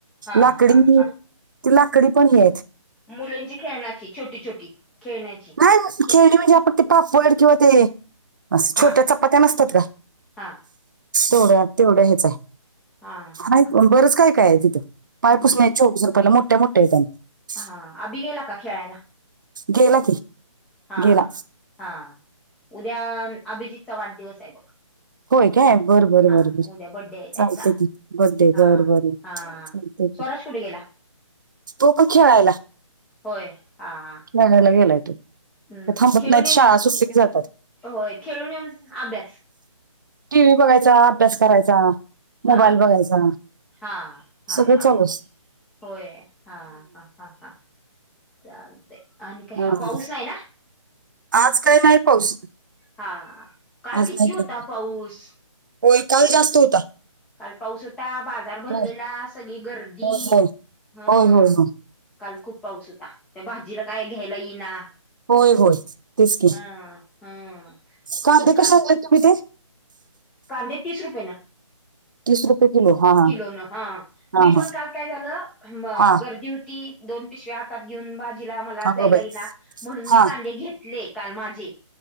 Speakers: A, in the centre; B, on the right.
A: हा
B: लाकडी
A: हा
B: ते
A: हा.
B: लाकडी पण
A: हा
B: हे आहेत.
A: मुलींची खेळण्याची, छोटी छोटी खेळण्याची.
B: ह खेळणी म्हणजे आपण ते पापड किंवा ते अस
A: हा
B: छोट्या चपात्या नसतात का
A: हा
B: तेवढ्या तेवढ्या हेच हाय.
A: हा हा
B: नाहि
A: हा
B: बरंच काय काय हाय तिथं, पाय
A: हम्म
B: पुसण्या हाईत चोवीस रुपयाला मोठ्या मोठ्या हाईत आणि
A: हा. आभी गेला का खेळायला?
B: गेला की.
A: हा.
B: गेला
A: हा. उद्या अभिजीतचा वाढदिवस हाय बघ.
B: होय काय बर बर
A: हा.
B: बर बर
A: उद्या बड्डे हाय त्यांचा.
B: चालते की बर्थडे
A: हा,
B: बर बर
A: हा.
B: चालते की
A: स्वराज कुठं गेला?
B: तो पण खेळायला.
A: होय. हा, हा.
B: <unintelligible> गेलाय तो.
A: हम्म.
B: ते थांबत
A: खेळून
B: नाहीत
A: येऊन,
B: शाळा सुटली की जातात
A: होय. खेळून येऊन अभ्यास.
B: टी व्ही बघायचा. अभ्यास करायचा.
A: हा
B: मोबाईल बघायचा.
A: हा हा
B: सगळं
A: हा
B: चालू अस- -
A: होय. हा, हा, हा, हा. चालतयं आणि काय
B: हा.
A: पाऊस नाही ना.
B: आज काय नाही पाऊस.
A: हा, हा. काल
B: आज
A: किती
B: नाही
A: होता
B: काय
A: पाऊस?
B: होय. काल जास्त होता.
A: काल पाऊस होता. बाजार भरलेला.
B: होय
A: सगळी गर्दी
B: होय
A: हं.
B: होय होय होय
A: काल खूप पाऊस होता. त्या भाजीला काय घ्यायला येईना.
B: होय, होय, तेच की
A: ह ह
B: कांदे
A: काल
B: कशे आणले? <unintelligible> काय ते?
A: कांदे तीस रुपये न.
B: तीस रुपये किलो हा
A: किलोन ह.
B: हा
A: मी
B: हा हा
A: पण काल काय झालं
B: हा
A: गर्दी होती दोन पिशव्या हातात घेऊन भाजीला मला
B: अगो
A: जायला
B: बाई
A: ईना म्हणून मी
B: हा
A: कांदे घेतले काल माझे